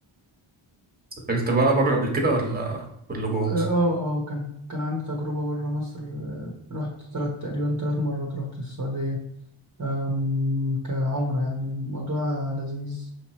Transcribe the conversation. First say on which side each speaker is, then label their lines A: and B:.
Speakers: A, on the right; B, on the right.
A: سافرت بقى بره قبل كده ولا كله جوه
B: اه
A: مصر؟
B: اه آه، كان كان عندي تجربة بره مصر آه، رحت تلات تقريبا تلات مرات رحت السعودية آم، كعمرة يعني موضوع لذيذ